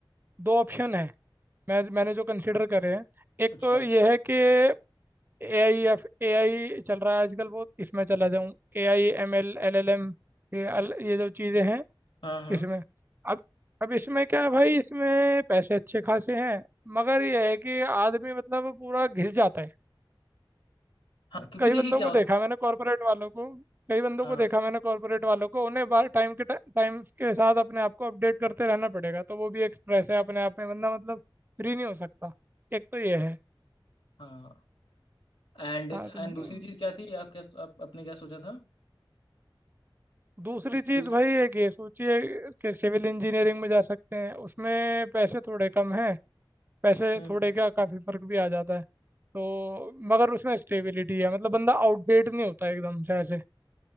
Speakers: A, on the right; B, on the left.
A: दो ऑप्शन है मैं मैंने जो कंसिडर करे हैं एक
B: अच्छा
A: तो ये है कि A I F A I चल रहा है आजकल बहुत इसमें चला जाऊँ A I M L L L M ये अल- ये जो चीज़ें हैं
B: हाँ हाँ
A: इसमें अब अब इसमें क्या है भाई इसमें पैसे अच्छे खासे हैं मगर ये है कि आदमी मतलब पूरा घिस जाता है
B: हाँ क्योंकि
A: कई
B: देखिए
A: बंदों
B: क्या
A: को
B: होता
A: देखा मैंने कॉर्पोरेट वालों को कई बंदों
B: है।
A: को
B: हाँ
A: देखा मैंने कॉर्पोरेट वालों को उन्हें बार टाइम के टाइम के साथ अपने आप को अपडेट करते रहना पड़ेगा तो वो भी एक स्ट्रेस है अपने आप में बंदा मतलब फ्री नहीं हो सकता एक तो ये है
B: हाँ एंड एंड
A: हाँ तो ब-
B: दूसरी चीज़ क्या थी आप क्या आप, आपने क्या सोचा था
A: दूसरी चीज़
B: दूस-
A: भाई एक ये सोचिए कि सिविल इंजीनियरिंग में जा सकते हैं उसमें पैसे थोड़े कम हैं पैसे
B: हम्म
A: थोड़े क्या काफ़ी फर्क भी आ जाता है तो मगर उसमें स्टेबिलिटी है मतलब बंदा आउटडेट नहीं होता एकदम से ऐसे